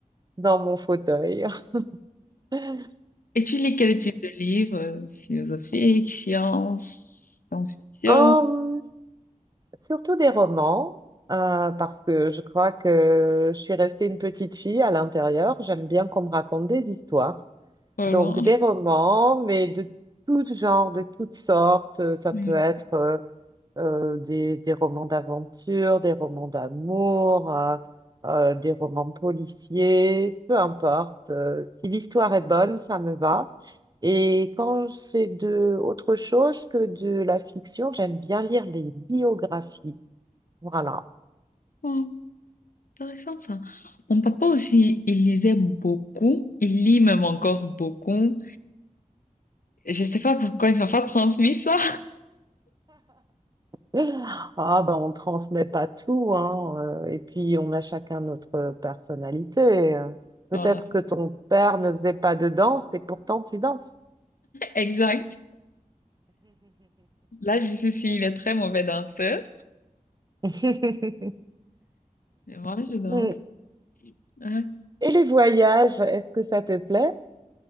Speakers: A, on the right; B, on the left.
A: dans mon fauteuil. <laughs>
B: Et tu lis quel type de livre? Philosophique, science, science-fiction?
A: Hum, surtout des romans, euh, parce que je crois que je suis restée une petite fille à l'intérieur. J'aime bien qu'on me raconte des histoires.
B: Voilà.
A: Donc des romans, mais de tout genre, de toutes sortes. Ça
B: Oui.
A: peut être euh, euh, des, des romans d'aventure, des romans d'amour, euh, euh, des romans policiers, peu importe. Euh, si l'histoire est bonne, ça me va. Et quand c'est de autre chose que de la fiction, j'aime bien lire les biographies. Voilà.
B: Oh, intéressant ça. Mon papa aussi, il lisait beaucoup. Il lit même encore beaucoup. Je sais pas pourquoi il m'a pas transmis ça.
A: <laughs> Ah ben on transmet pas tout, hein. euh, Et puis on a chacun notre personnalité. euh. Peut-être
B: <laughs> Voilà.
A: que ton père ne faisait pas de danse et pourtant tu danses.
B: Exact. Là, je suis s'il est très mauvais danseur.
A: <laughs>
B: Mais moi, je danse.
A: Mm.
B: Ouais,
A: Et les voyages, est-ce que ça te plaît?